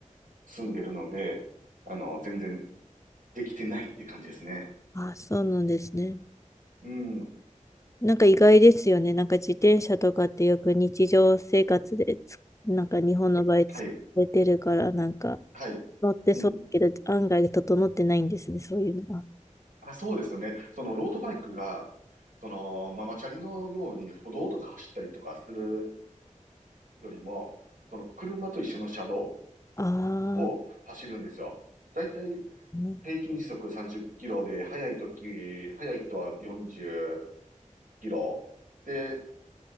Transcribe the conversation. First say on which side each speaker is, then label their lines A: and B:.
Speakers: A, on the right; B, on the left.
A: 住んでるので、あの、全然できてないっていう感じですね。
B: あ、そうなんですね。
A: うん。
B: なんか意外ですよね。なんか自転車とかってよく日常生活でつ、なんか日本の場合使れてるから、
A: はい。
B: なんか
A: はい。
B: 乗ってそうだけど、
A: うん。
B: 案外整ってないんですね、そういうのは。
A: あ、そうですね。そのロードバイクが、そのママチャリのように歩道とか走ったりとかするよりも、その車と一緒の車道
B: あ
A: を走るんですよ。
B: あ、
A: だいたい
B: ね、
A: 平均時速30キロで、速い時、速い人は40キロ。で、